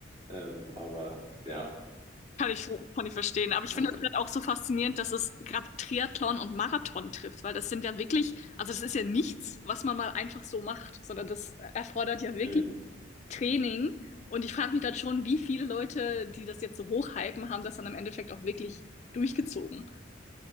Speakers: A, on the right; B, on the left.
A: Ähm, aber ja,
B: Kann ich, kann ich verstehen. Aber ich
A: muss.
B: finde das gerade auch so faszinierend, dass es gerade Triathlon und Marathon trifft, weil das sind ja wirklich, also das ist ja nichts, was man mal einfach so macht, sondern das erfordert ja wirklich
A: Mm,
B: Training. Und ich frage mich dann schon, wie viele Leute, die das jetzt so hochhypen, haben das dann im Endeffekt auch wirklich durchgezogen.